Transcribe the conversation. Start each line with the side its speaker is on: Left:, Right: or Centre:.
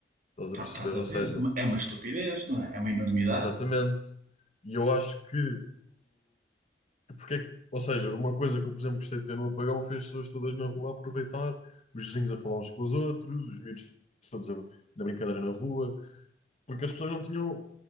Left: Estás a
Right: Pá,
Left: perceber?
Right: estás a
Left: Ou seja,
Right: ver? É uma estupidez, não é? É uma enormidade.
Left: exatamente. E eu acho que Porque, ou seja, uma coisa que eu, por exemplo, gostei de ver no apagão foi as pessoas todas na rua a aproveitar, os vizinhos a falar uns com os outros, os miúdos todos a, na brincadeira na rua, porque as pessoas não tinham,